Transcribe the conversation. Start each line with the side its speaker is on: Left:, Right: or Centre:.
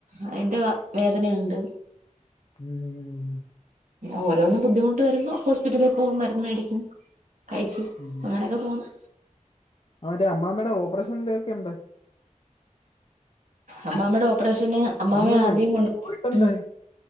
Right: അതിന്റെ അ വേദനയുണ്ട്.
Left: ഉം
Right: ഓരോന്ന് ബുദ്ധിമുട്ടുവരുമ്പോ ഹോസ്പിറ്റലിൽ പോകും മരുന്ന് മേടിക്കും. കഴിക്കും
Left: ഉം
Right: അങ്ങനെയൊക്കെ പോന്നു
Left: അവിടെ അമ്മാമ്മേടെ ഓപ്പറേഷ <unintelligible>
Right: അമ്മാമ്മേടെ പ്രശ്നം അമ്മാമേ
Left: അന്ന്
Right: ആദ്യം കൊണ്ട്
Left: പോയിട്ടെന്തായി
Right: ഉം